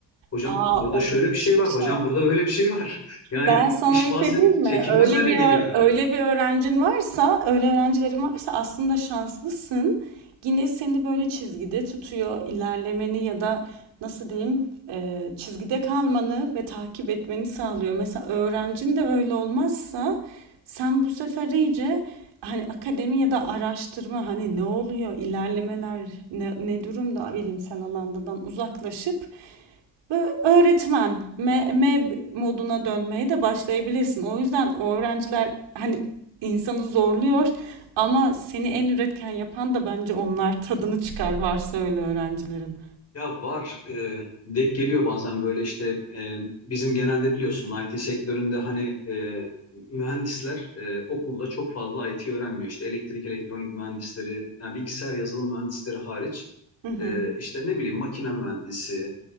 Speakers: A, on the left; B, on the right.
A: Hocam
B: Aa,
A: burada
B: o
A: şöyle
B: müthiş
A: bir şey
B: bir
A: var
B: şey.
A: hocam burada böyle bir şey var. <laughs> Yani
B: Ben sana
A: İş bazen
B: bir şey diyeyim mi?
A: çekilmez
B: Öyle
A: hale
B: bir
A: geliyor.
B: ö- öyle bir öğrencin varsa, öyle öğrencilerin varsa aslında şanslısın. Yine seni böyle çizgide tutuyor, ilerlemeni ya da nasıl diyeyim, e, çizgide kalmanı ve takip etmeni sağlıyor. Mesela öğrencin de öyle olmazsa sen bu sefer iyice hani akademi ya da araştırma hani ne oluyor, ilerlemeler ne, ne durumda bilimsel alandan uzaklaşıp Böyle öğretmen me- meb moduna dönmeye de başlayabilirsin. O yüzden o öğrenciler hani insanı zorluyor ama seni en üretken yapan da bence onlar tadını çıkar varsa öyle öğrencilerin.
A: Ya var, e, denk geliyor bazen böyle işte e, bizim genelde biliyorsun IT sektöründe hani e, mühendisler e, okulda çok fazla IT öğrenmiyor. İşte elektrik, elektronik mühendisleri, yani bilgisayar yazılım mühendisleri hariç
B: Hı
A: e, işte ne bileyim makine mühendisi,